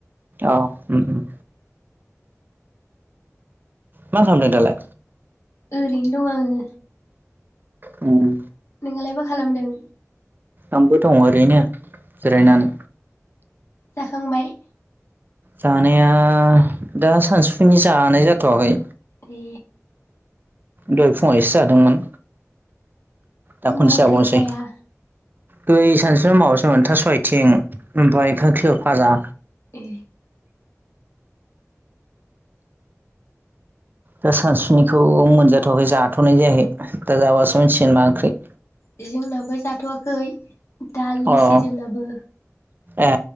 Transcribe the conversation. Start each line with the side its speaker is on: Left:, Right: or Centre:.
Right: अ उम उम मा खालामदों दालाय?
Left: ओरैनो दं आङो
Right: उम
Left: नोंआलाय मा खालामदों?
Right: आंबो दं ओरैनो जिरायनानै
Left: ए जाखांबाय?
Right: जानाया दा सानसुफुनि जानाय जाथ'वाखै।
Left: दे
Right: दहय फुङाव एसे जादोंमोन। दा खनसे
Left: मा ओंख्रि
Right: जाबावनोसै।
Left: जाया
Right: दै सानस्रिाव माबासोमोन थास'आयथें ओमफाय खंखिलर फाजा
Left: ए
Right: दा सानसुफुनिखौ मोनजाथ'वाखै जाथ'नाय जायाखै दा जाबासो मिथिसिगोन मा ओंख्रि।
Left: इ जोंनाबो जाथ'वाखै दालिसो
Right: अ
Left: जोंनाबो।
Right: ए